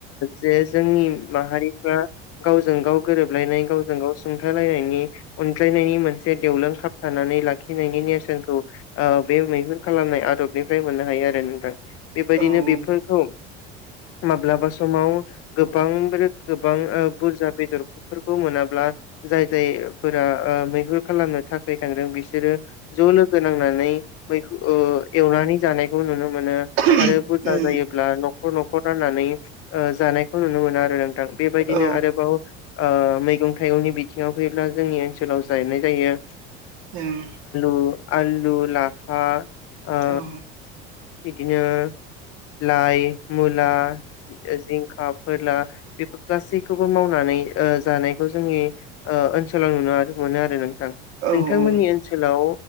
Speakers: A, on the left (about 50°); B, on the right (about 75°).
A: जे जोंनि माहारिफ्रा गावजों गाव गोरोबलायनाय गावजों गाव सुंथालायनायनि अनज्लायनायनि मोनसे देवलों खाबथानानै लाखि फैनायनि नेरसोनखौ ओ बे मैहुर खालामनाय आदबनिफ्राय मोननो हायो आरो नोंथां। बेबायदिनो
B: ओं,
A: बेफोरखौ माब्लाबा समाव गोबां रो गोबां ओ बुरजा बेदरफोरखौ मोनाब्ला जाय जाय फोरा ओ मैहुर खालामनो थाखाय थांदों बिसोरो गो नांनानै मै ओ एवनानै जानाय खो नुनो मो मोनो
B: औ
A: आरो बुरजा
B: उम,
A: जायोब्ला न'खर न'खर नानै ओ जानायखौ नुनो मोनो आरो ओ बेबायदिनो
B: औ
A: आरोबाव ओ मैगं थाइगंनि बिथिङाव फैयोब्ला जोंनि ओनसोलाव जायनाय जायो
B: ओम
A: ओ आलु, लाफा ओ
B: औ
A: बिदिनो लाइ मुला जि जिंखा फोरला बेफोर गासैखौबो मावनानै ओ जानायखौ जोंनि ओ ओनसोलाव नुनो आरो मोनो आरो नों
B: औ
A: नोंथांमोननि ओनसोलाव